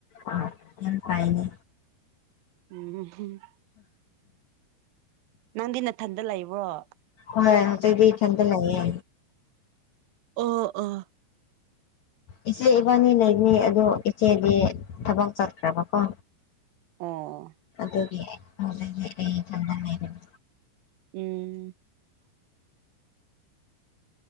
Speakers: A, on the left; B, on the right.
A: ꯑ ꯌꯥꯝ ꯐꯥꯏꯅꯦ
B: ꯎꯝ ꯅꯪꯗꯤ <unintelligible>
A: ꯍꯣꯏ ꯍꯧꯖꯤꯛꯗꯤ ꯏꯊꯟꯗ ꯂꯩꯌꯦ
B: ꯑꯣ ꯑꯣ
A: ꯏꯆꯦ ꯏꯕꯥꯅꯤ ꯂꯩꯅꯤ ꯑꯗꯨ ꯏꯆꯦꯗꯤ ꯊꯕꯛ ꯆꯠꯈ꯭ꯔꯕꯀꯣ
B: ꯑꯣ
A: <unintelligible>
B: ꯎꯝ